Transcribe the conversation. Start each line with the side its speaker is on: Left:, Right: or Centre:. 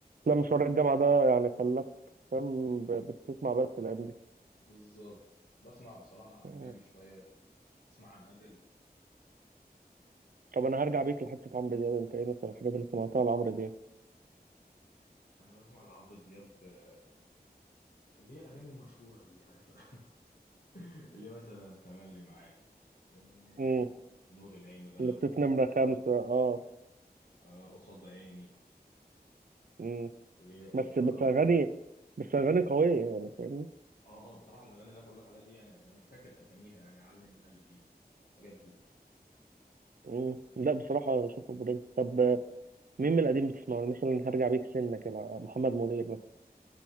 Right: لا مشوار الجامعة ده يعني خلاك فاهم ب- بتسمع بس الأيام دي
Left: بالظبط بسمع بصراحه
Right: مم.
Left: اجنبي شويه تسمع عن ادل
Right: طب أنا هرجع بيك لحتة عمرو دياب أنت إيه مثلا الحاجات اللي سمعتها لعمرو دياب؟
Left: انا بسمع لعبد دياب آه، اللي هي الاغاني المشهوره دي عارف <laughs> <laughs> ليه مثلا تملي معاك إيه،
Right: امم
Left: نور العين غلاوتك
Right: لصيف نمرة خمسة أه
Left: آه قصاد عيني
Right: امم
Left: ليه ايه
Right: بس
Left: اه
Right: بس أغاني بس أغاني قوية يعني فاهمني؟
Left: اه اه بصراحه الاغاني اللي انا بقول لك عليها دي يعني انا فاكر اساميها يعني علم قلبي الحاجات دي
Right: امم لا بصراحة أشوفه برنس طب مين من القديم بتسمعه؟ أنا مثلا هرجع بيك سنة كده محمد منير مثلا